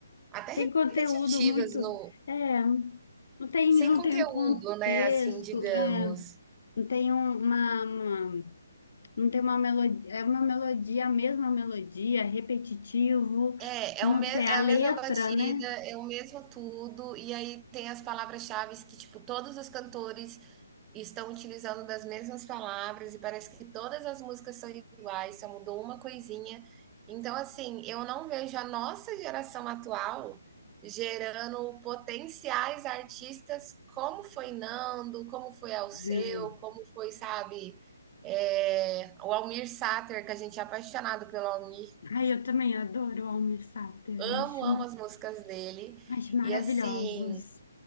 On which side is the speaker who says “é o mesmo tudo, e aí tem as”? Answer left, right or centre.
Right